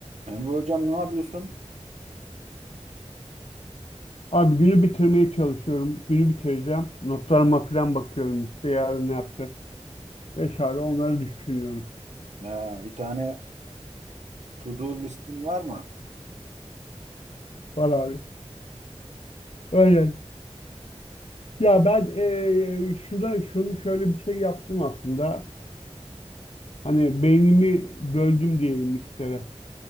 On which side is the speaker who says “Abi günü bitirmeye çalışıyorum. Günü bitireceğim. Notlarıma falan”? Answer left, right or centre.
Left